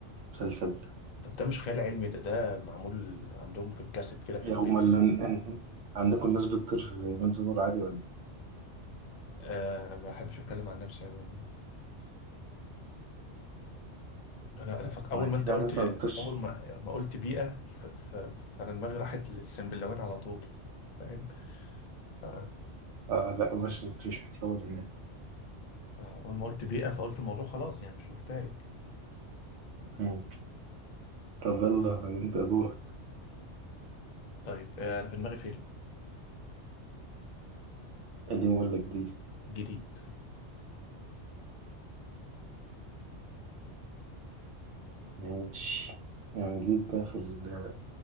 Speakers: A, on the right; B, on the left.
A: مسلسل
B: طب ده مش خيال علمي ده ده معمول عندهم في الكاسيت كده في
A: يا
B: البيت
A: أمال
B: يعني
A: إن- عندكم ناس بتطير في بنت نور عادي ولا إيه؟
B: آه انا ما بحبش اتكلم عن نفسي عموما انا انا فك... اول
A: ما أكيد
B: ما انت
A: يعني
B: قلت
A: ناس ما بتطيرش
B: اول ما ما قلت بيئة ف... ف... فانا دماغي راحت للسنبلاوين على طول فاهم ف-
A: آه لا مش بت- مش بتصور هناك
B: اول ما قلت بيئة فقلت الموضوع خلاص يعني مش محتاج
A: مم. طب يلا أنت دورك
B: طيب آه انا في دماغي فيلم
A: قديم ولا جديد؟
B: جديد
A: ماشي يعني جديد ده في ال-